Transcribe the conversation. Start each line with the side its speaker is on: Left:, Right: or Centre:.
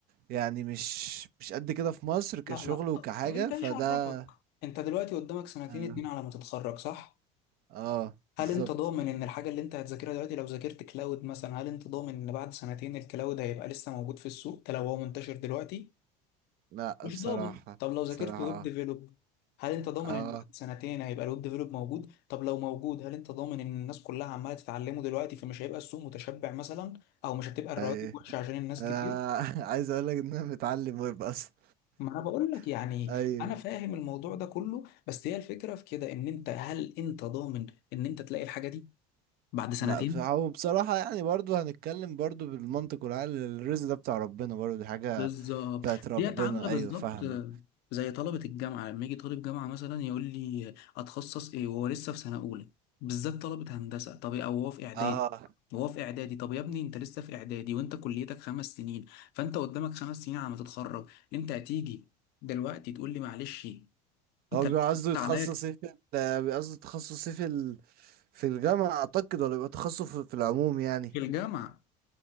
Right: يعني مش مش قد كده في مصر كشغل
Left: لا لا ط-
Right: وكحاجة
Left: طب انت
Right: فده
Left: ايش عرفك انت دلوقتي قدامك سنتين
Right: اه
Left: اتنين على ما تتخرج صح
Right: آه، بالظبط
Left: هل انت ضامن ان الحاجة اللي انت هتذاكرها دلوقتي لو ذاكرت كلاود مثلا هل انت ضامن ان بعد سنتين الكلاود هيبقى لسه موجود في السوق ده لو هو منتشر دلوقتي
Right: لا
Left: مش
Right: بصراحة
Left: ضامن طب لو ذاكرت
Right: بصراحة
Left: ويب
Right: اه
Left: ديفلوب هل انت ضامن
Right: اه
Left: ان بعد سنتين هيبقى الويب ديفلوب موجود طب لو موجود هل انت ضامن ان الناس كلها عمالة تتعلمه دلوقتي فمش هيبقى السوق متشبع مثلا او مش هتبقى الرواتب
Right: اي
Left: وحشة عشان الناس
Right: انا
Left: كتير
Right: <laughs> عايز اقول لك ان انا متعلم ويب اصلا
Left: ما انا بقول لك يعني
Right: <laughs> اي
Left: انا فاهم الموضوع ده كله بس هي الفكره في كده ان انت هل انت ضامن ان انت تلاقي الحاجه دي بعد سنتين
Right: لا بصراحة وبصراحة يعني برضو هنتكلم برضو بالمنطق والعقل الرزق ده بتاع ربنا برضو دي حاجة
Left: بالظبط
Right: بتاعت ربنا
Left: ديت عامله
Right: ايوه
Left: بالظبط
Right: فاهمك
Left: زي طلبه الجامعه لما يجي طالب جامعه مثلا يقول لي اتخصص ايه وهو لسه في سنه اولى بالذات طلبه هندسه طب او هو في اعدادي
Right: اه
Left: وهو في اعدادي طب يا ابني انت لسه في اعدادي وانت كليتك خمس سنين فانت قدامك خمس سنين على ما تتخرج انت هتيجي دلوقتي تقول لي معلش انت
Right: هو بيبقى قصده يتخصص
Left: عليا
Right: ايه في ال- بيبقى قصده تخصص ايه في ال... في الجامعة اعتقد ولا بيبقى تخصص في في العموم يعني
Left: في الجامعه